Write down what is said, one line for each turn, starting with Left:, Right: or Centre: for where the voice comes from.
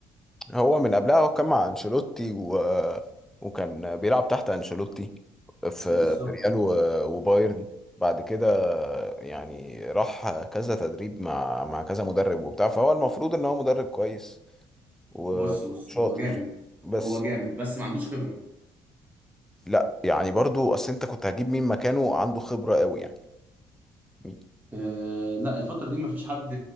Centre: هو من قبلها هو كان مع انشيلوتي و... وكان بيلعب تحت انشيلوتي في
Right: بالظبط
Centre: في ريال و... وبايرن بعد كده يعني راح كذا تدريب مع مع كذا مدرب وبتاع فهو المفروض ان هو مدرب كويس وشاطر
Right: بص بص هو جامد
Centre: بس
Right: هو جامد بس ما عندوش خبره
Centre: لا يعني برضو اصل انت كنت هجيب مين مكانه عنده خبرة قوي يعني مين
Right: آه لا الفترة دي مفيش حد